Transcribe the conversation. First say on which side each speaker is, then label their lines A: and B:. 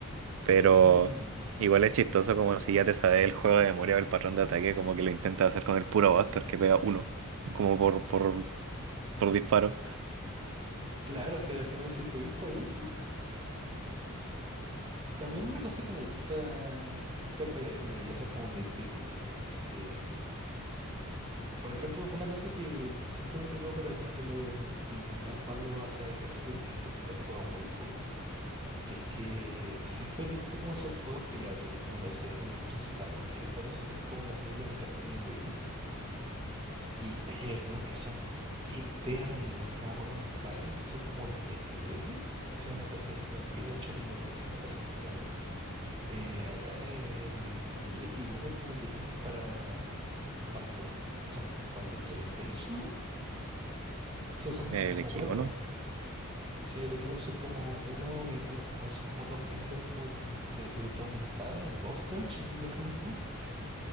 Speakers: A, on the right; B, on the right.
A: Pero
B: Mm,
A: igual es chistoso como si ya te sabes el juego de memoria o el patrón de ataque, como que lo intentas hacer con el puro Buster que pega uno, como por, por, por disparo.
B: Claro, que al final si pudís, podís nomás. po. También una cosa que me gusta, me encanta caleta, pero ya eso es como un nitpick mío, es que, por ejemplo, una cosa que siempre me he tirado para atrás de los, de intentar jugarlo a Saga Clásica, que la he jugado muy poco, es que siempre he visto como esos juegos que ya tienes como los sets de nivel principales y después de eso tienes como los niveles del castillo de Willy. Y hay algunos que son eternos, no me acuerdo en cuál, son como 10 niveles. Ha sido una cosa, in- o 10, 8 niveles, son una cosa insana. Eh, acá en el, en el x uno como que tienes para... ¿Cuánto? ¿Son cuánto? ¿Tres stage nomás? O sea, son
A: El
B: como
A: equipo,
B: cuatro,
A: ¿no?
B: ¿no? Sí, el x uno son como uno y dos, o son como dos primeros como de dificultad aumentada, el boss rush y el jefe final. po.